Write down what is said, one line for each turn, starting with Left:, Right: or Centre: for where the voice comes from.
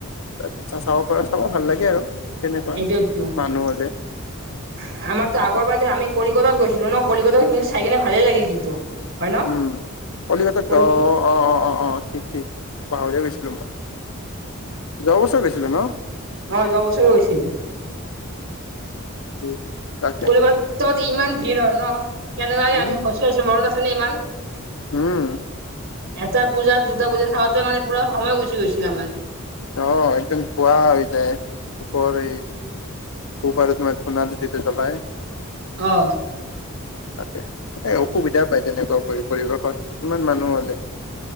Left: তাৰপিছা চাব পৰা চাব ভাল লাগে আৰু। তেনেকুৱা
Right: সেইটোতো আমাৰতো
Left: মানুহ হলে তাকে
Right: আগৰবাজাৰ আ। কলিকাতাত গৈছিলো ন কলিকাত কিন্তু চাইকনে ভালেই লাগিল কিন্তু। হয় ন
Left: উম কলিকটা
Right: কলি
Left: অ অ অ অ ঠিক ঠিক। পাহজ বিছলোব। অৱস্থাত গ আছিলে ন।
Right: অ অৱছৰে গৈছিলো।
Left: উম। তাকে
Right: ক তত ইমান ভিৰ হয় ন কেনেকুৱাকে
Left: উম
Right: আমি খোজকাঢ়িছো মৰত আছেনেে ইমান।
Left: উম।
Right: এটা পূজা দুটা পূজা খাওঁতে মানে পুৰা সময় গুচি গৈছিল আমাৰ।
Left: অ একদম খোৱা হৈ যায় পৰ। খুবাৰত মে থোনাল যিতিয়া চাবাই।
Right: আহ।
Left: তাকে এ অসুবিধা পায় তেনেকুৱা পৰি পৰিৱেশত ইমান মানুহ হলে।